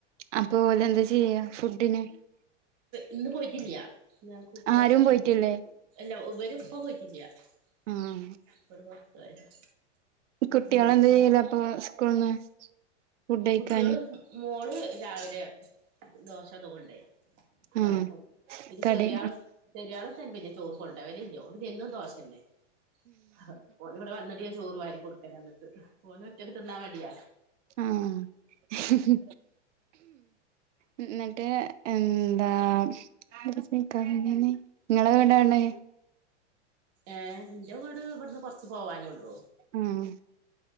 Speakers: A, on the right; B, on the right.
A: അപ്പൊ ഓല് എന്താ ചെയ്യാ ഫുഡിന്?
B: ഇന്ന് പോയിട്ടില്ല ഞങ്ങക്ക്
A: ആരും
B: ഹോസ്പിറ്റലിലൊക്കെ
A: പോയിട്ടില്ലേ
B: ഇപ്പൊ അല്ല ഇവര് ഇപ്പൊ പോയിട്ടില്ല. <unintelligible>
A: ആഹ്
B: പൊറത്ത് പോയതാ.
A: കുട്ടികള്
B: വെള്ളിയാഴ്ച
A: എന്താ എളുപ്പം സ്കൂളിന്ന് ഫുഡ് കഴിക്കാ.
B: കുട്ടികള് മോള് രാവിലെ ദോശ അതുകൊണ്ടോയ്.
A: ആഹ്
B: രാവിലെ ഇപ്പോ പിന്നെ
A: കടേ
B: ചെറിയ ആള്. ചെറിയാള് തൻ പിന്നെ ചോറ് കൊണ്ടോവലില്ല അതുകൊണ്ട് എന്നും ദോശ തന്നെ, ഓഹ് ഓന് ഇവിടെ വന്നി ട്ട് ചോറ് വാരി കൊടുക്കലാണ് എന്നിട്ട് ഓന് ഒറ്റക്ക് തിന്നാൻ മടിയാ.
A: ആഹ് ഉം എന്നിട്ട് എന്താ. പിടിച്ചു നിൽക്കാൻ പിന്നെയല്ലേ, നിങ്ങള് എവിടാണ്.
B: ഏഹ് എന്റെ വീട് ഇവിടുന്ന് കുറച്ച് പോവാനുള്ളൂ.
A: ആഹ്